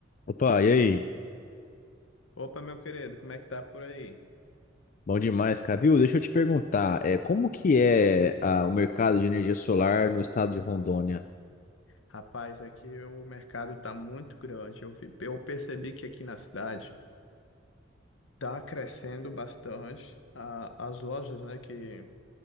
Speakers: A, on the left; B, on the left.
A: Opa, e aí?
B: Opa, meu querido, como é que tá por aí?
A: Bom demais, cara. Viu? Deixa eu te perguntar, é, como que é ah, o mercado de energia solar no estado de Rondônia?
B: Rapaz, aqui o mercado tá muito grande. Eu vi, eu percebi que aqui na cidade tá crescendo bastante a- as lojas, né, que